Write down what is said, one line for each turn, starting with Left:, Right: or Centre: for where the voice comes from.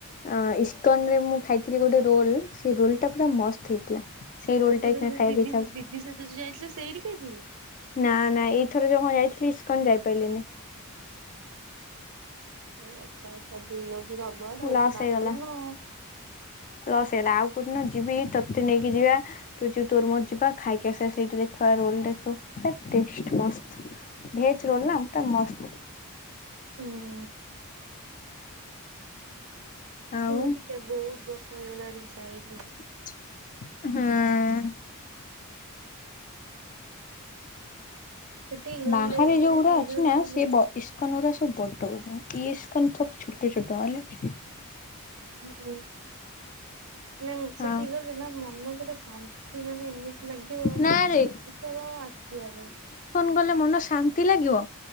Left: ଆଁ ଇଷ୍ଟନରେ ମୁଁ ଖାଇଥିଲି ଗୋଟେ ରୋଲ ସେ ରୋଲଟା ପୁରା ମସ୍ତ ହେଇଥିଲା। ସେଇ ରୋଲ
Right: ସେ
Left: ଟା
Right: ଦିନ
Left: ଏଇଖିଣା
Right: <unintelligible>
Left: ଖାଇବାକୁ
Right: ବିବିନ
Left: ଇଚ୍ଛା ହଉଛି।
Right: ବିବି ସହିତ ଯୋଉ ଯାଇଥିଲୁ ସେଇଠି ଖାଇଥିଲୁ?
Left: ନା ନା ଏଇଥର ଯୋଉମ ଯାଇଥିଲି ଇସ୍କନ ଯାଇପାଇଲିନି।
Right: ଓ ଏକା ଏକା ବୁଲି ଯାଉଚୁ ସବୁଆଡେ ମତେ
Left: ଲସ୍
Right: ଡାକୁନ।
Left: ହେଇଗଲା। ଲସ୍ ହେଇଗଲା ଆଉ କୋଉଦିନ ଯିବି ତତେ ନେଇକି ଯିବା ତୁ ଯିବୁ ତୋର ମୋର ଯିବା ଖାଇକି ଆସିବା ସେଇଠୁ ଦେଖିବା ରୋଲ ଦେଖିବୁ ପୁରା ଟେଷ୍ଟ ମସ୍ତ। ଭେଜ ରୋଲ ନା ପୁରା ମସ୍ତ।
Right: ନାଇଁ
Left: ଆଉ
Right: ମୁଁ ଟିକେ ବୋହୁତ ବର୍ଷ ହେଇଗଲଣି ଯାଇନି।
Left: ହଁ।
Right: ସେଠି ଗଲେ
Left: ବାହାରେ
Right: ମାନେ
Left: ଯୋଉଗୁଡା
Right: ତୁ
Left: ଅଛିନା ସିଏ ବ ଇସ୍କନଉରା ସବୁ ବଡ ବଡ। ଇସ୍କନ ସବୁ ଛୋଟ ଛୋଟ ହେଲେ
Right: ହୁଁ ମାନେ ସେଠିକି
Left: ଆଉ
Right: ଗଲେ ନା ମନ ପରା ଶ ମାନେ ଏମିତି ଲାଗିବ ଏସବୁ
Left: ନାରେ
Right: ଆଉ ଆସିବା ପାଇଁ
Left: କଲେ ମନ ଶାନ୍ତି ଲାଗିବ।